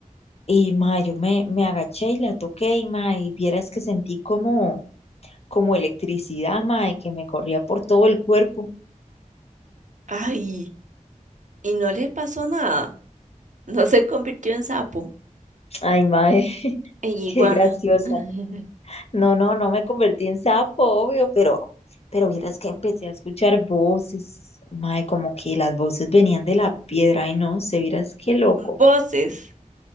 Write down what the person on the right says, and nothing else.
Ay, y no le pasó nada. No se convirtió en sapo,
en iguana.
<laughs>
Voces.